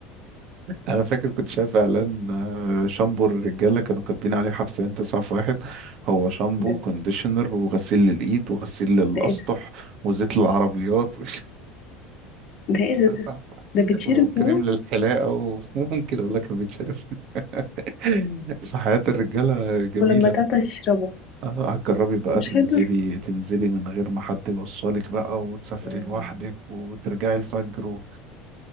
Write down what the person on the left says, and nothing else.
ايه ده
ده
ده ايه ده
ده
ده بتشرب
كمان
ولما تعطش اشربه
مش
هيضر
مم.